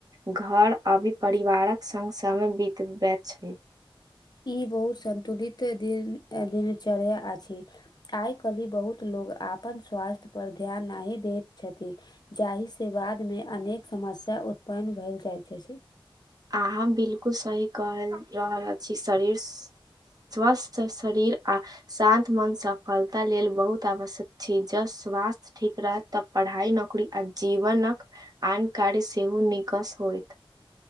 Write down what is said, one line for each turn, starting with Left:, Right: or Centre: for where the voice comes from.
Right: घर अभी परिवारक संग समय बितबे छै।
Left: ई बहुत संन्तुलित दिन दिनचर्या अछि। आइ काल्हि बहुत लोग आपन स्वास्थ्य पर ध्यान नाहि दैत छथि जाहिसे। के बादमे अनेक समस्या उत्पन्न भेल जाइत छै
Right: अहाँ बिल्कुल सही कहि रहल अछि शरीर। स्वस्थ शरीर आ। शान्त मन सफलता लेल बहुत आवश्यक छी जब स्वास्थ्य। ठीक रहत तब पढ़ाइ नौकरी आ जीवनक आन कार्य सेहो निकस होयत।